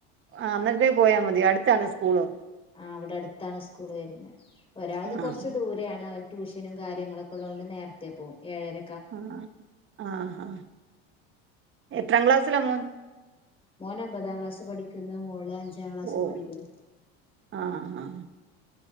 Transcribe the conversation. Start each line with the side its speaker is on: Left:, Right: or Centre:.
Right: ആഹ് അന്നരത്തേക്ക് പോയാൽ മതി അടുത്താണോ സ്കൂള്
Left: ആഹ് ഇവിടെ അടുത്താണ് സ്കൂൾ വരുന്നത് ഒരാൾത്
Right: ആഹ്
Left: കൊറച്ച് ദൂര താണ് അവൻ ട്യൂഷനും കാര്ങ്ങളൊക്കെ ഉള്ളത് കൊണ്ട് നേരത്തെ പോവും ഏഴര
Right: ആഹ് ആഹ് എത്രാം ക്ലാസ്സില മോൻ
Left: മോൻ അമ്പതാം ക്ലാസ്സിൽ പഠിക്കുന്നു മോള് അഞ്ചാം ക്ലാസ്സിൽ
Right: ഓ
Left: പഠിക്കുന്നു
Right: ആഹ് ആഹ് ആഹ്